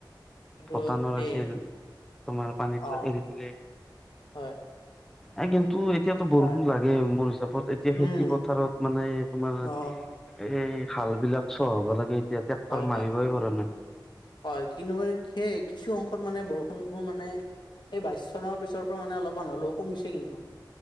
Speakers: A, on the left (about 70°); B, in the centre.
A: কিন্তু
B: ভূটানৰ
A: সেই
B: আছিল, তোমাৰ পানীবিলাক
A: অ
B: এৰি দিলে।
A: হয়।
B: এ কিন্তু এতিয়াতো বৰষুণ
A: হয়
B: লাগে, মোৰ হিচাপত, এতিয়া
A: উম
B: খেতি-পথাৰত। এ তোমাৰ,
A: অ
B: এই হাল বিলাক চহাব লাগে। এতিয়া ট্ৰেক্টৰ
A: হয়,
B: মাৰিবই
A: হয়।
B: পৰা নাই
A: হয়, কিন্তু মানে খেই কিছু অংশত মানে বৰষুণবোৰ মানে এই বাইছ চনৰ পিছৰ পৰা মানে অলপমান হ'লেও কমিছে কিন্তু।